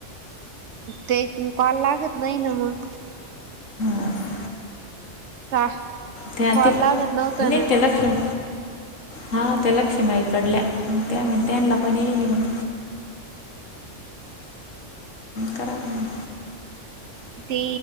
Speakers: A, on the right (about 70°); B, on the left (about 85°).
A: ते कॉल लागत नाही ना मग
B: हा का
A: का
B: त्या
A: कॉल
B: तिक
A: लागत नव्हता
B: नई
A: ना
B: त्या लक्ष्मी हा त्या लक्ष्मी आई कडल्या त्यावेळी त्यांन्ला पण येली म्हण करा म्हणे
A: ते